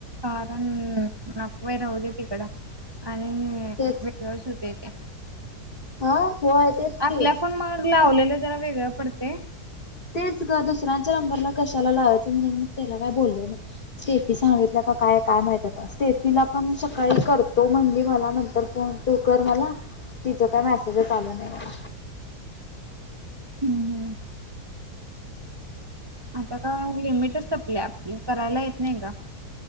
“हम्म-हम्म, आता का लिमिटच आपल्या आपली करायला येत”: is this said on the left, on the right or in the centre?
Right